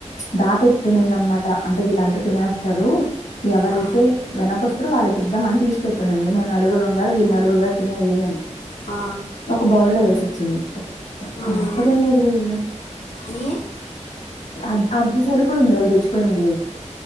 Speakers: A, on the left (about 85°); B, on the left (about 70°).
A: దాపెట్నింది అన్నమాట అంటే వీళ్ళంతా తినేస్తారు ఎవరైతే
B: ఆ,
A: వెనకొస్తరు వాళ్ళికిద్దామని తీసి పెట్టానండి మేం నలుగురం గదా వీళ్ళు నలుగురు గదా తినేది
B: ఆ
A: ఒక బౌల్లో వేసి ఇచ్చింది ఒక్క
B: ఉమ్,
A: ముక్క తిన్లేదురా వీళ్లు
B: ఏ
A: అద్ అది సరిపోయింది వాళ్ళు తెచ్చుకునింది